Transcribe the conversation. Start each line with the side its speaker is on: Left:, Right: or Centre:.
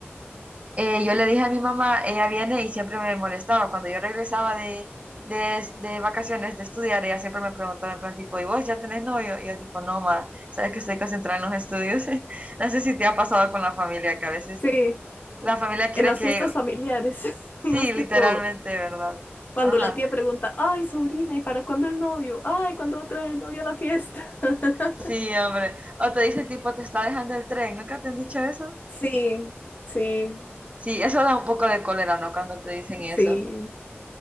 Right: eh, yo le dije a mi mamá, ella viene y siempre me molestaba. Cuando yo regresaba de, de, de vacaciones, de estudiar, ella siempre me preguntaba en plan tipo, ¿y vos ya tenés novio? Y yo tipo, no, ma, sabes que estoy concentrada en los estudios. <laughs> no sé si te ha pasado con la familia que a veces
Left: Sí,
Right: la familia quiere
Left: en las
Right: que,
Left: fiestas familiares, <laughs>
Right: sí,
Left: más
Right: literalmente,
Left: que todo.
Right: ¿verdad?
Left: Cuando
Right: Ajá,
Left: la tía pregunta, ay, sobrina, ¿y para cuándo el novio? Ay, ¿cuándo va a traer el novio a la fiesta? <laughs>
Right: sí, hombre. O te dicen tipo, te está dejando el tren, ¿nunca te han dicho eso?
Left: Sí, sí,
Right: Sí, eso da un poco de cólera, ¿no? Cuando te dicen eso.
Left: sí.